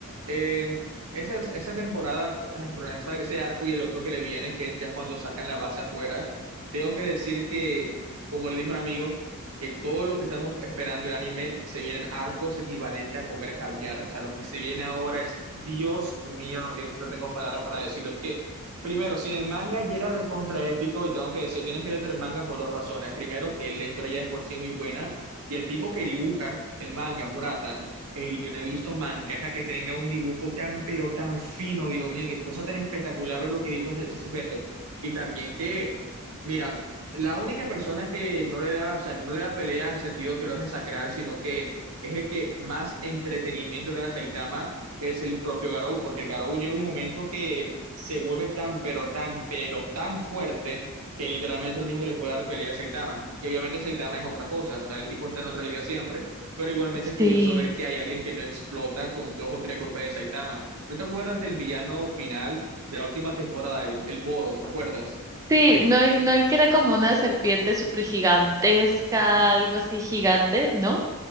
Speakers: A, on the right; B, on the right.
A: Eh, esas- esa temporada, perdón, esa- ese arco y el otro que le viene, que es ya cuando sacan la base afuera, tengo que decir que, como le dijo un amigo, que todo lo que estamos esperando el anime se vienen arcos equivalentes a comer caviar. O sea, lo que se viene ahora es, Dios mío, no, tiene- no tengo palabras para decirlo. Es que, primero, si en el manga ya era recontra épico, y tengo que decir, tienes que leer el manga por dos razones. Primero, que la historia ya es por sí muy buena, y el tipo que dibuja el manga, Murata, ey, yo no he visto mangaka que tenga un dibujo tan, pero tan fino, Dios mío, qué cosa tan espectacular es lo que dibuja ese sujeto. Y también que... Mira, la única persona que no le da, o sea, no le da pelea en el sentido que lo hace sangrar, sino que es el que más entretenimiento le da a Saitama, es el propio Garou, porque Garou llega un momento que se vuelve tan, pero tan, pero tan fuerte que literalmente es el único que le puede dar pelea a Saitama. Y obviamente Saitama es otra cosa, o sea, el tipo está en otra liga siempre. Pero igualmente es
B: sí.
A: curioso ver que hay alguien que no explota con dos o tres golpes de Saitama. ¿No te acuerdas del villano final de la última temporada, el, el Boros, ¿te acuerdas?
B: Sí, no, el- no el que era como una serpiente súper gigantesca, algo así gigante, ¿no?